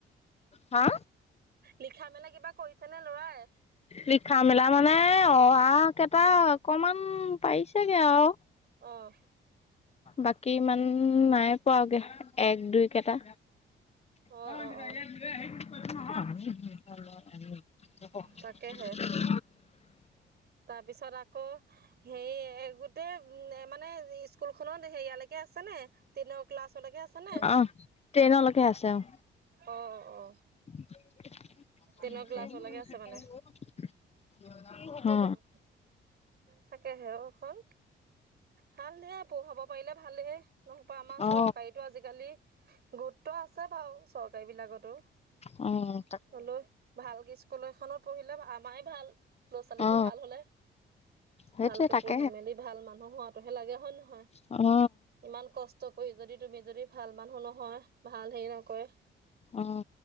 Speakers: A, on the left; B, on the right.
A: হা?
B: লিখা মেলা কিবা কৰিছে নে লৰাই?
A: লিখা মেলা মানে অ আ কেইটা অকমান পাৰিছেগে আৰু।
B: অহ।
A: বাকী ইমান নাই পোৱাগে এক, দুই কেইটা।
B: অ',
A: <unintelligible>
B: অ', অ', তাকেহে তাৰপিছত আকৌ সেই হে গোটেই এ মানে স্কুলখনত সেইয়ালৈ কে আছে নে? টেনৰ ক্লাছলৈকে আছে নে?
A: অ ট্ৰেইনলৈকে আছে অ
B: অ অ।
A: <unintelligible>
B: টেনৰ ক্লাছলৈকে আছে মানে
A: হু।
B: অ', তাকেহে অ ফল। ভালে পঢ়াব পাৰিলে ভালে, নহ'বা আমাৰ চৰকাৰীটো
A: অ অ
B: আজিকালি গুৰুত্ব আছে বাৰু চৰকাৰীবিলাকতো।
A: উম।
B: হলও, ভালকে স্কুল এখনত পঢ়িলে আমাৰে ভাল, ল'ৰা - ছোৱালীটো
A: অ
B: ভাল হলে।
A: সেইটোৱে
B: ভালকে
A: তাক
B: পঢ়ি - মেলি ভাল মানুহ হোৱাটোহে লাগে হয় নহয়?
A: অ।
B: ইমান কষ্ট কৰি যদি তুমি যদি ভাল মানুহ নহয়, ভাল হেৰি নকৰে
A: উম,